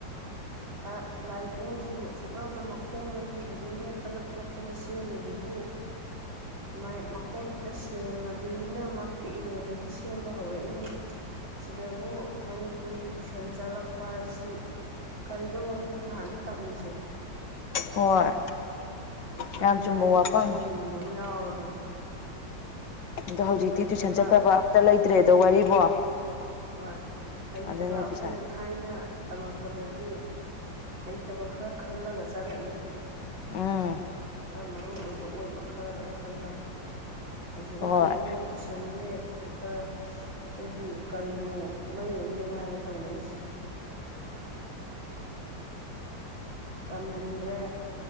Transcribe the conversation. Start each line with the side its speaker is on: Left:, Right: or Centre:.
Right: <inaudible> ꯈꯔ ꯂꯥꯏꯔꯤꯛ ꯃꯣꯏꯖꯤꯕꯨ ꯑꯁꯨꯛ ꯌꯥꯝꯅ ꯃꯈꯣꯡꯗꯒꯤ ꯍꯧꯖꯤꯛ ꯃꯦꯠꯇꯅ ꯇꯣꯠꯇꯅ ꯁꯦꯝꯃꯤꯖꯤꯕꯨ ꯃꯥꯏꯌꯦꯞ ꯃꯈꯣꯡ ꯈꯤꯠꯇ ꯁꯦꯡꯉ ꯗꯤꯅ ꯃꯞ ꯄꯤꯛꯏꯉꯩꯗꯒꯤ ꯁꯦꯝꯕ ꯍꯧꯔꯛꯏꯅꯤ ꯁꯤꯗꯕꯨ ꯃꯅꯤꯄꯨꯔꯤ ꯇꯨꯏꯁꯟ ꯆꯠꯂꯛꯄ ꯍꯥꯏꯁꯤ ꯀꯔꯤꯅꯣꯕ ꯃꯣꯏ ꯅꯍꯥꯟꯗꯩ ꯇꯝꯃꯤꯖꯦ
Left: ꯍꯣꯏ
Right: ꯑꯗꯨꯅ
Left: ꯌꯥꯝ ꯆꯨꯝꯕ
Right: ꯑꯩ
Left: ꯋꯥꯐꯝ
Right: ꯁꯥꯎꯅꯤꯡꯕ ꯑꯃ ꯌꯥꯎꯔꯕꯅꯦ
Left: ꯑꯗꯣ ꯍꯧꯖꯤꯛꯇꯤ
Right: ꯍꯩꯇꯕ
Left: ꯇꯨꯏꯁꯟ ꯆꯠꯇꯕ ꯑꯝꯇ ꯂꯩꯇ꯭ꯔꯦꯗꯣ ꯋꯥꯔꯤꯕꯣ
Right: ꯍꯣꯏ ꯍꯩꯇꯕ
Left: ꯑꯗꯨꯅ
Right: ꯑꯩꯈꯣꯏꯅ
Left: ꯄꯩꯁꯥꯗꯤ
Right: ꯊꯥꯏꯅ ꯇꯝꯃꯛꯄꯗꯗꯤ ꯍꯩꯇꯕ ꯈꯔ ꯈꯜꯂꯒ ꯆꯠꯂꯛꯏ
Left: ꯎꯝ
Right: ꯈꯔ ꯃꯔꯨ ꯑꯣꯏꯕ ꯑꯣꯏꯕ ꯈꯔꯒ ꯈꯜꯂꯒ ꯍꯧꯖꯤꯛꯅ
Left: ꯍꯣꯏ
Right: ꯀꯩꯅꯣ ꯇꯨꯏꯁꯟꯖꯦ ꯈꯔ ꯑꯩꯈꯣꯏꯒꯤ ꯀꯔꯤꯅꯣ ꯀꯨꯝꯍꯩꯑꯝꯗꯣ ꯉꯥꯏꯔꯦ ꯇꯧꯅꯩꯁꯦ ꯇꯝꯍꯟꯗ꯭ꯔꯦ